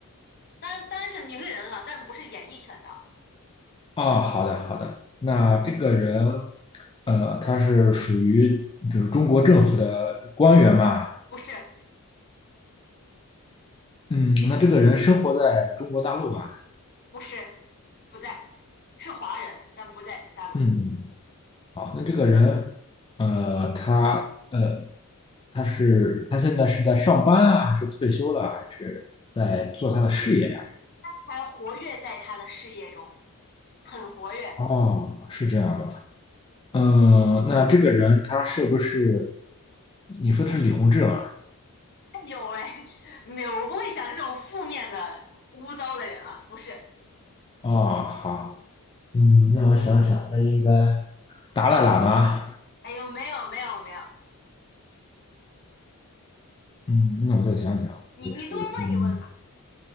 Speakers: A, on the left; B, on the left.
A: 当然当然是名人了，但不是演艺圈的，
B: 哦，好的，好的。那这个人，呃，他是属于比如中国政府的官员嘛？
A: 不是，
B: 嗯，那这个人生活在中国大陆嘛？
A: 不是，不在，是华人，但不在大陆，
B: 嗯，好，那这个人，呃，他呃，他是他现在是在上班啊，还是退休了啊，还是在做他的事业呀？
A: 还活跃在他的事业中，很活跃。哎
B: 哦，是这样的。嗯，那这个人他是不是你说的是李洪志吗？
A: 呦喂，<laughs> 没有，我不会想这种负面的污糟的人啊，不是。
B: 哦，好，嗯，那我想想，那应该达赖喇嘛。
A: 哎呦，没有没有没有，
B: 嗯，那我再想想，
A: 你你多问一问吧。
B: 就是嗯，